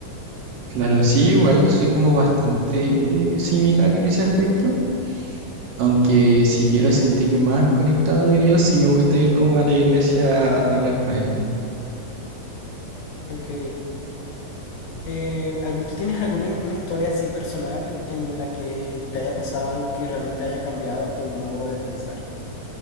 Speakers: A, on the right; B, on the left.
A: Claro, sí, yo igual soy como bastante similar en ese aspecto, aunque si quiero sentirme más conectado de Dios, sí me gusta ir como a la iglesia a a hablar con Él.
B: Ok. Eh, algu- ¿tú tienes alguna una historia así personal en la que te haya pasado algo que realmente haya cambiado tu modo de pensar?